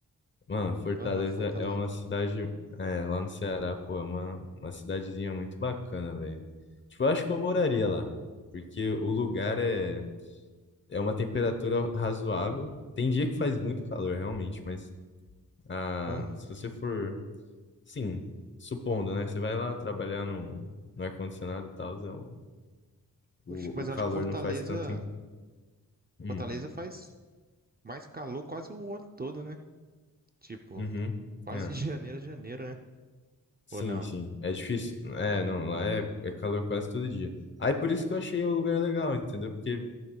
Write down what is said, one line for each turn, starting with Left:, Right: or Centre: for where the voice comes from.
Left: Mano, Fortaleza
Right: Aham, Fortaleza.
Left: é uma cidade, é, lá no Ceará, pô, é uma, uma cidadezinha muito bacana, velho. Tipo, eu acho que eu moraria lá, porque o lugar é, é uma temperatura razoável. Tem dia que faz muito calor, realmente, mas ah,
Right: Aham.
Left: se você for, sim, supondo, né? Você vai lá trabalhar no, no ar-condicionado e tal, é um
Right: Poxa,
Left: O,
Right: mas
Left: o calor
Right: eu acho que Fortaleza,
Left: não faz tanto. im- Hum,
Right: Fortaleza faz mais calor quase o ano todo, né? Tipo,
Left: uhum,
Right: quase
Left: é.
Right: de janeiro a janeiro, né?
Left: Sim,
Right: Ou não?
Left: sim. É difícil. É, não, lá é, é calor quase todo dia. Aí por isso que eu achei o lugar legal, entendeu? Porque,